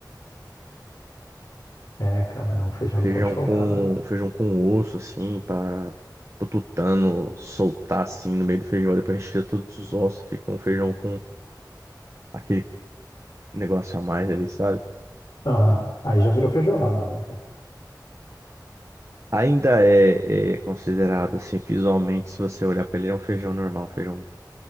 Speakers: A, on the left; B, on the right.
A: É, cara, não, feijão
B: feijão
A: não pode faltar,
B: com,
A: né?
B: feijão com osso assim, para o tutano soltar assim no meio do feijão, depois retira todos os ossos, fica um feijão com aquele negócio a mais ali, sabe?
A: Aham. Aí já virou feijoada, né, cara?
B: Ainda é, é considerado assim, visualmente, se você olhar para ele, é um feijão normal, um feijão